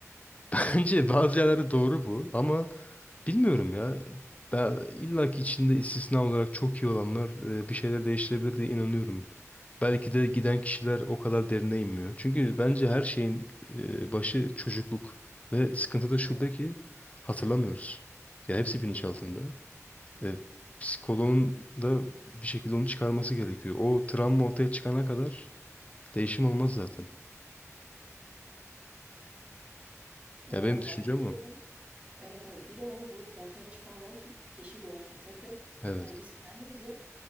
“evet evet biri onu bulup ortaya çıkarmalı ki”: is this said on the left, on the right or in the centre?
Right